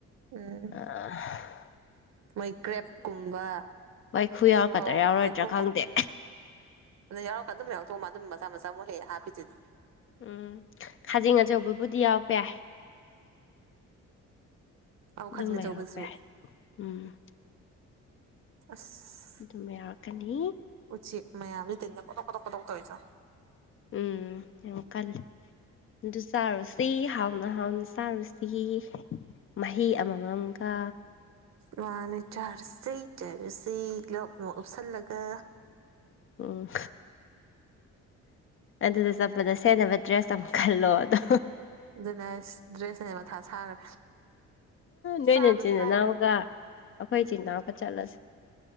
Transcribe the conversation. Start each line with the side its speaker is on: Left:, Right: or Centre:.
Right: ꯎꯝ
Left: ꯑ
Right: ꯃꫭꯏ ꯀ꯭ꯔꯦꯞ ꯀꯨꯝꯕ
Left: ꯋꯥꯏꯈꯨ ꯌꯥꯎꯔꯛꯀꯗ꯭ꯔꯥ
Right: ꯑꯧ
Left: ꯌꯥꯎꯔꯣꯏꯗ꯭ꯔꯥ
Right: ꯋꯥꯏꯈꯨ
Left: ꯈꯪꯗꯦ
Right: ꯒꯨꯝꯕ ꯑꯗꯨ ꯌꯥꯎꯔꯛꯒ ꯑꯗꯨꯝ ꯌꯥꯎꯊꯣꯛꯃ ꯑꯗꯨꯝ ꯃꯆꯥ ꯃꯆꯥ ꯃꯨꯛ ꯍꯦꯛ ꯍꯥꯞꯄꯤꯁꯤꯗꯤ
Left: ꯎꯝ ꯈꯥꯖꯤꯡ ꯑꯆꯧꯕꯕꯨꯗꯤ ꯌꯥꯎꯔꯛꯄ ꯌꯥꯏ
Right: ꯎꯝ ꯑ
Left: ꯑꯗꯨꯝꯕ
Right: ꯈꯖꯤꯅꯆꯧꯕꯁꯨ
Left: ꯌꯥꯎꯔꯛꯄ ꯌꯥꯏ ꯎꯝ
Right: ꯑꯁ
Left: ꯑꯗꯨꯝ ꯌꯥꯔꯛꯀꯅꯤ
Right: ꯎꯆꯦꯛ ꯃꯌꯥꯝ ꯇꯤꯟꯗꯥ ꯇꯣꯛ ꯇꯣ ꯆꯣ
Left: ꯎꯝ ꯌꯥꯝ ꯀꯜꯂꯤ ꯑꯗꯨ ꯆꯥꯔꯨꯁꯤ ꯍꯥꯎꯅ ꯍꯥꯎꯅ ꯆꯥꯔꯨꯁꯤ ꯃꯍꯤ ꯑꯃꯃꯝꯒ
Right: ꯃꯥꯅꯦ ꯆꯔꯁꯤ ꯇꯔꯁꯤ ꯂ ꯃ ꯑꯣꯞꯁꯜꯂꯒ
Left: ꯑꯣ ꯑꯗꯨꯗ ꯆꯠꯄꯗ ꯁꯦꯠꯟꯅꯅꯕ ꯗ꯭ꯔꯦꯁ ꯑꯃ ꯈꯜꯂꯣ ꯑꯗꯣ
Right: ꯑꯗꯨꯅ ꯑꯩ ꯗ꯭ꯔꯦꯁꯅꯦ ꯃꯊꯥ ꯁꯥꯈ꯭ꯔꯦ
Left: ꯅꯣꯏ
Right: ꯆꯥꯕꯗꯤ
Left: ꯅꯆꯤꯟ ꯅꯅꯥꯎꯒ
Right: ꯂꯥꯏꯈ꯭ꯔꯦ
Left: ꯑꯩꯈꯣꯏ ꯏꯆꯤꯟ ꯏꯅꯥꯎꯒꯥ ꯆꯠꯂꯁꯦ